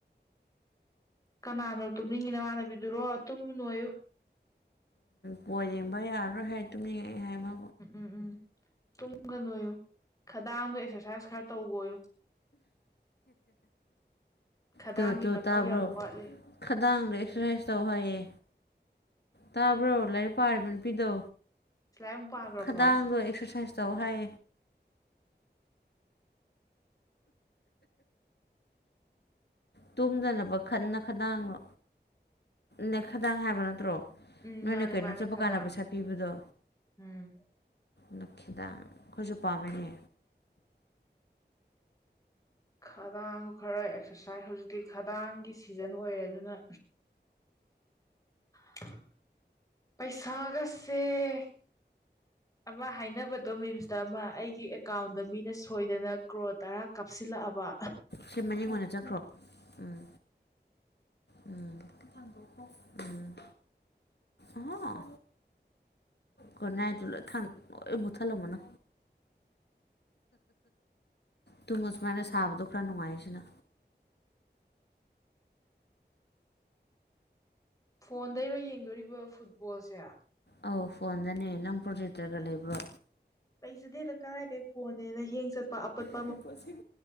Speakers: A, on the left; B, on the left.
A: ꯀꯅꯥꯅꯣ ꯇꯨꯝꯅꯤꯡꯉꯤꯅꯃꯥꯟꯅꯕꯤꯗꯨꯔꯣ ꯇꯨꯝꯃꯨꯅꯨ ꯌꯨ
B: ꯄꯣꯜ ꯌꯦꯡꯕ ꯌꯥꯔꯔꯣꯏ ꯍꯥꯏ ꯑꯗꯨꯝ ꯌꯦꯡꯉꯦ ꯍꯥꯏꯕ
A: ꯎꯝ ꯎꯝ ꯇꯨꯝꯒꯅꯣꯏꯌꯨ ꯈꯗꯥꯡꯗ ꯑꯦꯛꯁꯔꯁꯥꯏꯁ ꯈꯔ ꯇꯧꯒꯣꯌꯨ ꯈꯗꯥꯡꯒꯤ
B: ꯇꯨ ꯇꯨ
A: ꯃꯊꯧ
B: ꯇꯥꯕ꯭ꯔꯣ
A: ꯌꯥꯝ ꯋꯥꯠꯂꯤ
B: ꯈꯗꯥꯡꯗꯣ ꯑꯦꯛꯁꯔꯁꯥꯏꯁ ꯇꯧ ꯍꯥꯏꯌꯦ ꯇꯥꯕ꯭ꯔꯣ ꯂꯥꯏꯔꯤꯛ ꯄꯥꯔꯤꯕ ꯅꯨꯄꯤꯗꯣ
A: ꯁꯤꯂꯥꯏ ꯑꯃꯨꯛ ꯄꯥꯈ꯭ꯔꯕꯣ
B: ꯈꯗꯥꯡꯗꯣ ꯑꯦꯛꯁꯔꯁꯥꯏꯁ ꯆꯥꯎꯍꯥꯏ ꯇꯨꯝꯗꯅꯕ ꯈꯠꯅ ꯈꯅꯥꯡꯂꯣ ꯅꯈꯗꯥꯡ ꯍꯥꯏꯕ ꯅꯠꯇ꯭ꯔꯣ
A: ꯎꯝ
B: ꯅꯣꯏꯅ
A: ꯃꯥꯅꯦ
B: ꯀꯩꯅꯣ
A: ꯃꯥꯅꯦ
B: ꯆꯠꯄ
A: ꯈꯗꯥꯡ
B: ꯀꯥꯟꯗ ꯄꯩꯁꯥ ꯄꯤꯕꯗꯣ
A: ꯎꯝ
B: ꯅꯈꯤꯗꯥꯡ ꯈꯣꯏꯁꯨ ꯄꯥꯝꯃꯦꯅꯦ
A: ꯈꯗꯥꯡ ꯈꯔ ꯑꯦꯛꯁꯔꯁꯥꯏꯁ ꯍꯧꯖꯤꯛꯇꯤ ꯈꯗꯥꯡꯒꯤ ꯁꯤꯖꯟ ꯑꯣꯏꯔꯦ ꯑꯗꯨꯅ ꯄꯩꯁꯥꯒꯁꯦ ꯑꯃ ꯍꯥꯏꯅꯕꯗꯣ ꯃꯤꯟꯁꯇ ꯑꯃ ꯑꯩꯒꯤ ꯑꯦꯀꯥꯎꯟꯗ ꯃꯤꯅ ꯁꯣꯏꯗꯅ ꯀ꯭ꯔꯣꯔ ꯇꯔꯥ ꯀꯥꯞꯁꯤꯜꯂꯛꯑꯕ
B: ꯁꯤ ꯃꯌꯤꯡ ꯑꯣꯏꯅ ꯆꯠꯈ꯭ꯔꯣ ꯎꯝ ꯎꯝ <unintelligible> ꯎꯝ ꯍ ꯒꯨꯠ ꯅꯥꯏꯠꯇꯨ ꯂꯣꯏ ꯃꯨꯊꯠꯂꯝꯒꯅꯨ ꯇꯨꯝꯃꯨ ꯁꯨꯃꯥꯏꯅ ꯁꯥꯕꯗꯣ ꯈꯔꯥ ꯅꯨꯡꯉꯥꯏꯌꯦꯁꯤꯅ
A: ꯐꯣꯟꯗꯩꯩꯔꯣ ꯌꯦꯡꯗꯧꯔꯤꯕ ꯐꯨꯠꯕꯣꯜꯁꯦ
B: ꯑꯧ ꯐꯣꯟꯗꯅꯦ ꯅꯪ ꯄ꯭ꯔꯣꯖꯦꯛꯇꯔꯒ ꯂꯩꯕ꯭ꯔꯣ
A: ꯂꯩꯖꯗꯦꯗ ꯀꯔꯥꯏꯗꯒꯤ ꯐꯣꯟꯅꯦꯅ ꯍꯦꯡ ꯆꯠꯄ ꯑꯄꯠ
B: ꯑꯥꯄꯨꯟꯁꯤꯝ